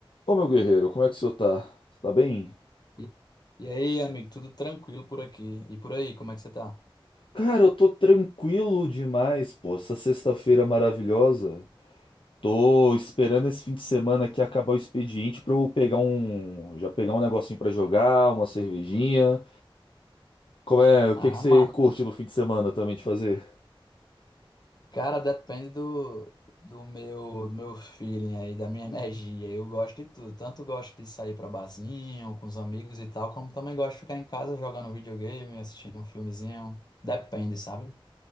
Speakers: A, on the left (about 65°); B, on the left (about 50°).
A: Ô meu guerreiro, como é que o senhor tá? Você Tá bem?
B: E, e aí, amigo, tudo tranquilo por aqui? E por aí, como é que você tá?
A: Cara, eu tô tranquilo demais, pô. Essa sexta-feira maravilhosa. Tô esperando esse fim de semana aqui acabar o expediente pra eu pegar um. Já pegar um negocinho pra jogar, uma cervejinha. Como é? O que
B: Ah,
A: que você
B: mano,
A: curte no fim de semana também de fazer?
B: cara, depende do, do meu, do meu feeling aí, da minha energia. Eu gosto de tudo. Tanto gosto de sair pra barzinho, com os amigos e tal, como também gosto de ficar em casa jogando videogame, assistindo um filmezinho. Depende, sabe?